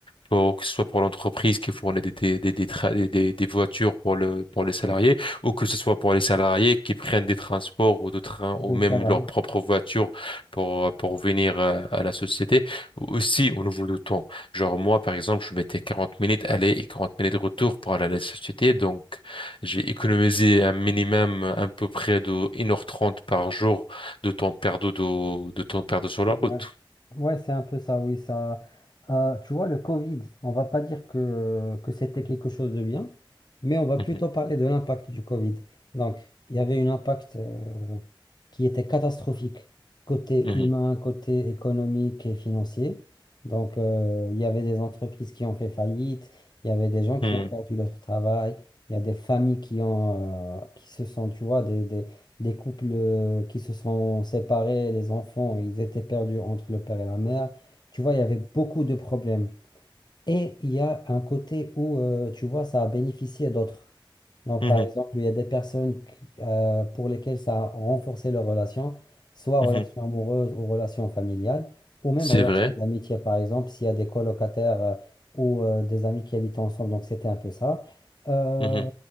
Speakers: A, on the left; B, on the left.
A: pour, que ce soit pour l'entreprise qui fournit des, des, des, des, tra- des, des- des voitures pour le, pour les salariés, ou que ce soit pour les salariés qui prennent des transports ou de trains
B: Oui,
A: ou même
B: ça va.
A: leur propre voiture pour, pour venir euh, à la société. Aussi, au niveau du temps. Genre, moi, par exemple, je mettais 40 minutes aller et 40 minutes retour pour aller à la société. Donc, j'ai économisé un minimum à peu près de 1h30 par jour de temps perdu, de, de temps perdu sur la
B: Ouais,
A: route.
B: Ouais, c'est un peu ça, oui, ça. Euh, tu vois, le Covid, on va pas dire que, que c'était quelque chose de bien, mais on va
A: Mhm,
B: plutôt parler de l'impact du Covid. Donc, il y avait un impact euh, qui était catastrophique, côté
A: mhm,
B: humain, côté économique et financier. Donc, euh, il y avait des entreprises qui ont fait faillite, il y avait des gens qui
A: mhm,
B: ont perdu leur travail, il y a des familles qui ont, euh, qui se sont, tu vois, des, des- des couples euh, qui se sont séparés, les enfants, ils étaient perdus entre le père et la mère. Tu vois, il y avait beaucoup de problèmes. Et il y a un côté où, euh, tu vois, ça a bénéficié d'autres. Donc,
A: mhm,
B: par
A: mhm,
B: exemple, il y a des personnes qui- euh, pour lesquelles ça a renforcé leur relation, soit
A: mhm.
B: relation amoureuse ou relation familiale, ou même
A: C'est
B: relation
A: vrai.
B: d'amitié, par exemple, s'il y a des colocataires euh, ou euh, des amis qui habitent ensemble. Donc, c'était un peu ça. Euh,
A: Mhm,